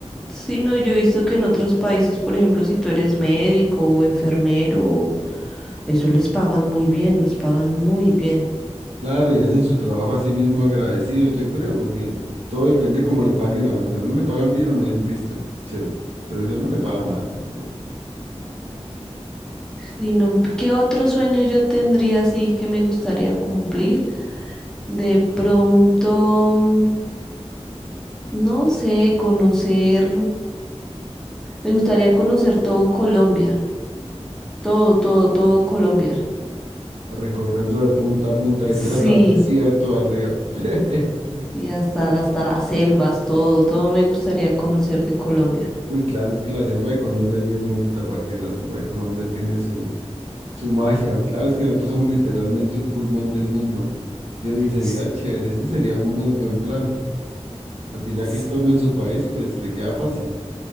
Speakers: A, in the centre; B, on the right (about 70°).
A: sí, no, yo he visto que en otros países, por ejemplo, si tú eres médico o enfermero, eso les pagan muy bien, les pagan muy bien.
B: Claro, y hacen su trabajo así mismo agradecidos, yo creo, porque todo depende cómo le paguen a uno. Si a uno le pagan bien, uno dice, listo, chévere. Pero si a uno le pagan mal, hombre,
A: Y no, ¿qué otro sueño yo tendría así que me gustaría cumplir? De pronto, mm, no sé, conocer, me gustaría conocer todo Colombia, todo, todo, todo Colombia.
B: recorrerlo de punta a punta,
A: Sí.
B: irte hasta el desierto de arriba. <laughs>
A: Y hasta, la- hasta las selvas, todo, todo me gustaría conocer de Colombia.
B: Uy, claro, es que la selva de Colombia es bien bonita, para que la selva de Colombia tiene su, su magia. Claro, es que nosotros somos literalmente un pulmón del mundo. Sí, oye, sería
A: S-
B: chévere, ese sería un muy buen plan, porque ya
A: s-
B: que está uno en su país, pues le queda fácil.